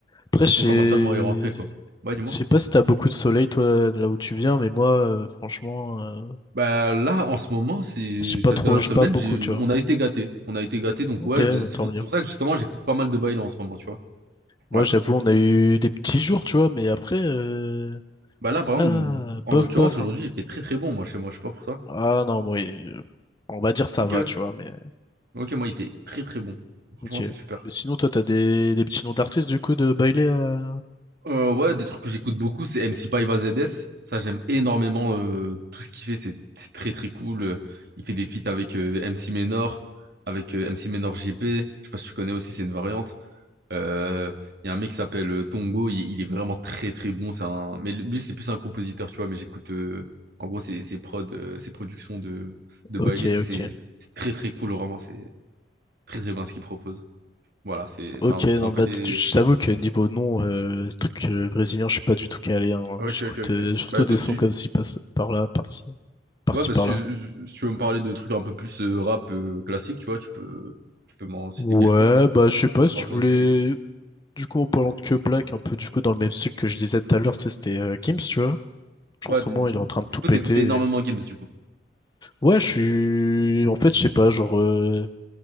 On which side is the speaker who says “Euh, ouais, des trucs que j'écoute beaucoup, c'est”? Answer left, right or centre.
Right